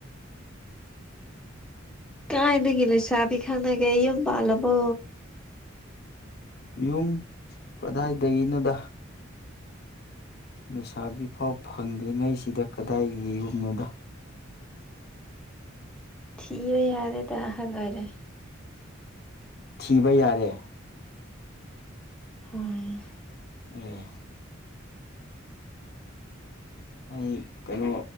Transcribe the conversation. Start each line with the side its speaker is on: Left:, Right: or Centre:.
Centre: ꯀꯥꯏꯅꯒ ꯂꯩꯁꯕꯤ ꯈꯥꯟꯒꯦ ꯏꯨꯝ ꯄꯜꯕꯣ
Left: ꯌꯨꯝ ꯀꯗꯥꯏꯗꯒꯤꯅꯣꯗ ꯂꯩꯁꯥꯕꯤ ꯐꯥꯎ ꯐꯪꯗ꯭ꯔꯤꯉꯩꯁꯤꯗ ꯀꯗꯥꯏ ꯌꯦꯒꯨꯝꯅꯣꯗ
Centre: ꯊꯕ ꯌꯥꯔꯦ ꯇ ꯑꯍ ꯈꯔꯦ
Left: ꯊꯤꯕ ꯌꯥꯔꯦ
Centre: ꯍꯣꯏ
Left: ꯑꯦ ꯑꯩ ꯀꯩꯅꯣ